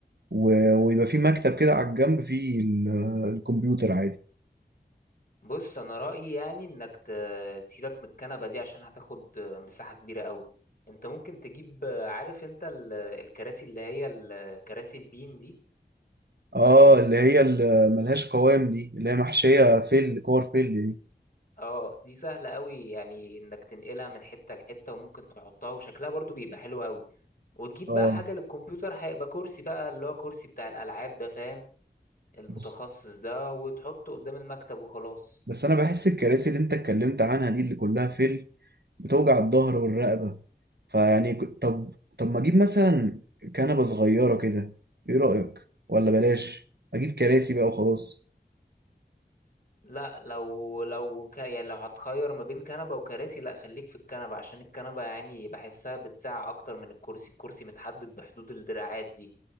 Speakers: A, on the right; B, on the left.
A: و- ويبقى في مكتب كده على الجنب فيه ال- آه، الكمبيوتر عادي
B: بص انا رأيي يعني انك ت- تسيبك من الكنبة دي عشان هتاخد مساحة كبيرة قوي انت ممكن تجيب عارف انت ال- الكراسي اللي هي الكراسي البين دي
A: اه اللي هي اللي ملهاش قوام دي اللي هي محشيه فل كور فل دي
B: اه دي سهلة قوي يعني انك تنقلها من حتة لحتة وممكن تحطها وشكلها برضو بيبقى حلو قوي وتجيب
A: اه
B: بقى حاجة للكمبيوتر هيبقى كرسي بقى اللي هو كرسي بتاع الألعاب ده فاهم المتخصص
A: بس
B: ده وتحطه قدام المكتب وخلاص
A: بس انا بحس الكراسي اللي انت اتكلمت عنها دي اللي كلها فل بتوجع الظهر والرقبه فيعني ك- طب طب ما اجيب مثلا كنبه صغيره كده ايه رايك ولا بلاش اجيب كراسي بقى وخلاص
B: لا لو لو ك... يعني لو هتخير ما بين كنبة وكراسي لا خليك في الكنبة عشان الكنبة يعني بحسها بتساع أكتر من الكرسي الكرسي متحدد بحدود الدراعات دي